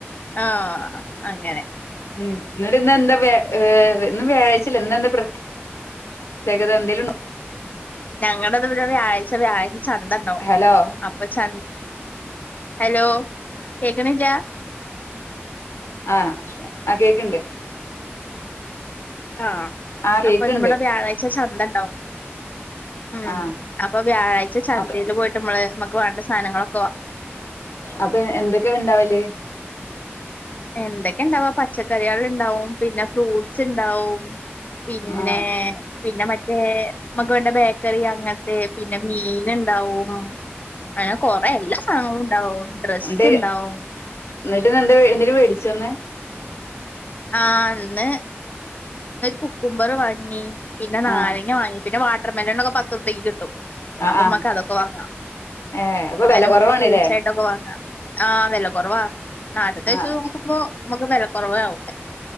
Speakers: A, on the left (about 40°); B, on the left (about 75°).
A: ആ അങ്ങനെ
B: മം എന്നിട്ട് ഇന്ന് എന്താ വ്യ ഇന്ന് വ്യാഴാഴ്ച അല്ലെ ഇന്ന് എന്താ പ്രത്യ ത്യേകത എന്തേലും ഉണ്ടോ
A: ഞങ്ങടെ ഇവിടെവിടെ ആഴ്ച വ്യാഴാഴ്ച ചന്ത ഉണ്ടാവും
B: ഹലോ
A: അപ്പൊ ച ഹലോ കേക്കണില്ല
B: ആഹ് ആ കേക്കണ്ട്
A: ആ
B: ആ കേക്ക്ണ്ട്
A: അപ്പൊ നമ്മടെ വ്യാഴാഴ്ച ചന്ത ഉണ്ടാവും ഉം
B: ആഹ്
A: അപ്പൊ വ്യാഴാഴ്ച ചന്തയില്
B: അപ്പ
A: പോയിട്ട് നമ്മള് നമ്മുക്ക് വേണ്ട സാധനങ്ങളൊ
B: അപ്പൊ എന്തൊക്കെയ ഉണ്ടാവല്
A: എന്തൊക്കെ ഇണ്ടാവുവാ പച്ചക്കറികൾ ഉണ്ടാവും പിന്നെ ഫ്രൂട്ട്സ് ഉണ്ടാവും പിന്നെ
B: ആഹ്
A: പിന്നെ മറ്റേ റ്റേ ഞമ്മക്ക് വേണ്ടേ ബേക്കറി അങ്ങനത്തെ പിന്നെ മീൻ ഉണ്ടാവും അങ്ങനെ കൊറെ എല്ലാ സാധനങ്ങളും ഉണ്ടാവും ഡ്രസ്സ്
B: എന്തേ
A: ഉണ്ടാവും
B: എന്നട്ട് ഇന്ന് എന്തേ എന്തേലും മേടിച്ചോ ഇന്ന്
A: ആ ഇന്ന് കുക്കുമ്പറ് വാങ്ങി പിന്നെ നാരങ്ങ
B: ആഹ്
A: വാങ്ങി പിന്നെ വാട്ടർമെലണോക്കെ പത്തുറപക്ക് കിട്ടും
B: ആഹ്
A: അപ്പൊ നമ്മക്ക്
B: ആഹ്
A: അതൊക്കെ വാങ്ങാം
B: ഏഹ് അപ്പൊ വെല
A: അയിനെ നമുക്ക്
B: കൊറവാണ്ല്ലേ
A: ഫ്രൂട്ട്സ് ആയിട്ടൊക്കെ വാങ്ങാം ആ വിലക്കൊറവാ നാട്ടിത്തെ
B: ആഹ്
A: വച്ചുനോക്കുമ്പോ നമുക്ക് വിലക്കുറവാകും